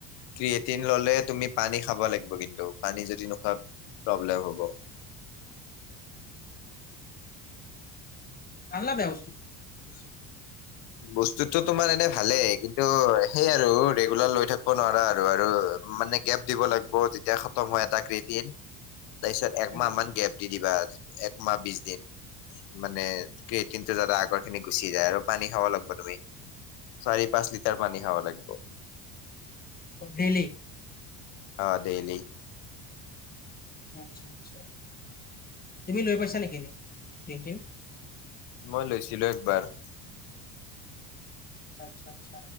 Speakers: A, on the left; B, on the left.
A: ক্ৰিয়েটিন ললে তুমি পানী খাব লাগিব কিন্তু পানী যদি নোখোৱা প্ৰব্লেম হ'ব।
B: ভাল নে ব্যৱস্থিত?
A: <unintelligible> বস্তুতটো তোমাৰ এনে ভালেই কিন্তু সেই আৰু ৰেগুলাৰ লৈ থাকিব নোৱাৰা আৰু আৰু মানে গেপ দিব লাগিব যেতিয়া খতম হয় এটা কৃতিন, তাৰপিছত একমাহ
B: উম
A: মান গেপ দি দিবা একমাহ বিছ দিন। মানে ক্ৰেটিন টো যাতে আগৰ খিনি গুচি যায় আৰু পানী খাব লাগিব তুমি চাৰি পাঁচ লিটাৰ পানী খাব লাগিব।
B: ডেইলি?
A: অ', ডেইলি।
B: আচ্ছা আচ্ছা, তুমি লৈ পাইছা নেকি এনে ক্রেটিন?
A: মই লৈছিলো একবাৰ।
B: আচ্ছা আচ্ছা।